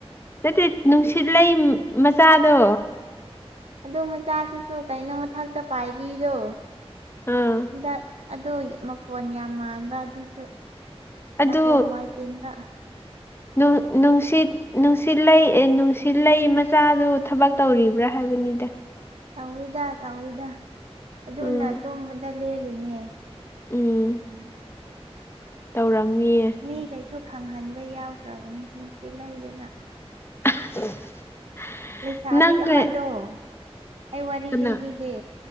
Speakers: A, on the left (about 20°); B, on the right (about 70°).
A: ꯑꯗꯨ ꯅꯨꯡꯁꯤꯠ ꯂꯩ ꯃꯆꯥꯗꯣ
B: ꯑꯗꯣ ꯃꯆꯥꯁꯤꯁꯨ ꯀꯩꯅꯣ ꯃꯊꯛꯇ ꯄꯥꯏꯕꯤꯗꯣ
A: ꯑꯥ
B: ꯍꯟꯗꯛ ꯑꯗꯣ ꯃꯈꯣꯟ ꯌꯥꯝ ꯃꯥꯟꯕ ꯑꯗꯨꯁꯨ
A: ꯑꯗꯨ
B: ꯅꯥꯀꯣꯡ ꯋꯥꯏ ꯇꯤꯟꯕ
A: ꯅꯨꯡ ꯅꯨꯡꯁꯤꯠ ꯅꯨꯡꯁꯤꯠꯂꯩ ꯑ ꯅꯨꯡꯁꯤꯠꯂꯩ ꯃꯆꯥꯗꯨ ꯊꯕꯛ ꯇꯧꯔꯤꯕ꯭ꯔꯥ ꯍꯥꯏꯕꯅꯤꯗ
B: ꯇꯧꯋꯤꯗ ꯇꯧꯏꯤꯗ ꯑꯗꯨꯅ
A: ꯎꯝ
B: ꯇꯣꯕꯗ ꯂꯦꯜꯂꯤꯅꯦ
A: ꯎꯝ ꯇꯧꯔꯝꯅꯤꯌꯦ
B: ꯃꯤꯒꯩꯁꯨ ꯈꯪꯍꯟꯕ ꯌꯥꯎꯒ꯭ꯔꯕꯅꯤ ꯅꯨꯡꯁꯤꯠ ꯂꯩꯗꯅ
A: <inaudible>
B: ꯂꯩꯁꯥꯕꯤ
A: ꯅꯪꯒ
B: ꯑꯃꯗꯣ ꯑꯩ ꯋꯥꯔꯤ
A: ꯀꯅꯥ
B: ꯂꯤꯕꯤꯒꯦ